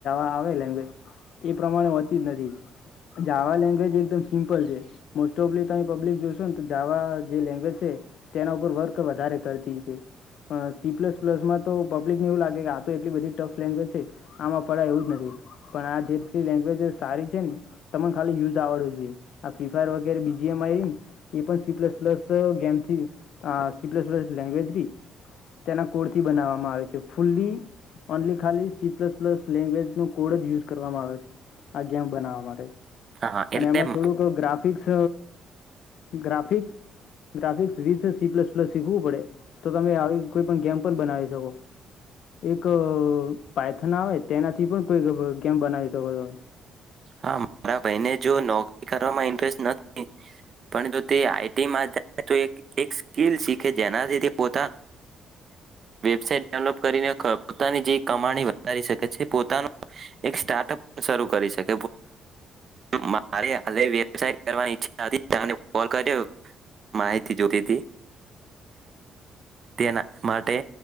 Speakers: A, on the left; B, on the right.
A: એ પ્રમાણે હોતી જ નથી જાવા લેંગ્વેજ એકદમ સિમ્પલ છે મોસ્ટ ઓફલી તમે પબ્લિક જોશોને તો જાવા જે લેંગ્વેજ છે તેના ઉપર વર્ક વધારે કરતી છે પણ સી પ્લસ પ્લસમાં તો પબ્લિકને એવું લાગે કે આ તો એટલી બધી ટફ લેંગ્વેજ છે આમાં પડાય એવું જ નથી પણ આ જેટલી લેંગ્વેજ સારી છે ને તને ખાલી યુઝ આવડવું જોઈએ આ ફ્રી ફાયર વગેરે બીજી એમ આવી ને એ પણ સી પ્લસ પ્લસ ગેમથી સી પ્લસ પ્લસ લેંગ્વેજની તેના કોડથી બનાવવામાં આવે છે ફુલ્લી ઓનલી ખાલી સી પ્લસ પ્લસ લેંગ્વેજનો કોડ જ યુઝ કરવામાં આવે છે આ ગેમ બનાવવા માટે
B: હા એટલે
A: અને એમાં થોડુંક graphics graphic graphics C plus plus શીખવું પડે તો તમે આવી કોઈ પણ ગેમ પણ બનાવી શકો એક પાયથના તેનાથી પણ કોઈ ગેમ બનાવી શકો છો
B: હા મારા ભાઈને જો નો ઇન્ટરેસ્ટ નથી પણ જો તે આઈટીમાં તો સ્કીલીખે જેનાથી તે પો વેબટ ડેવલોપ કરીને પોતાની જે કમાણી વધારી શકે છે પોનું એક સ્ટાર્ટઅપ શરૂ કરીકે મારે વ્યાય કરવાની ઈચ્છ કોલ કર્યો માહિતી જોતી તેના માટે